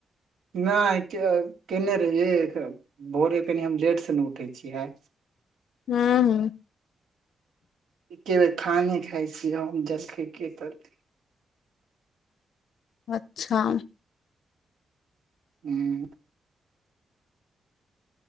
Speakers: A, on the right; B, on the left.
A: नहि केने रहिये भोरे कनि हम लेट से नहि उठै छियै हे।
B: हू हू।
A: एक के बेर खाने खाइ छियै हम जलखै के करते
B: अच्छा।
A: हूँ।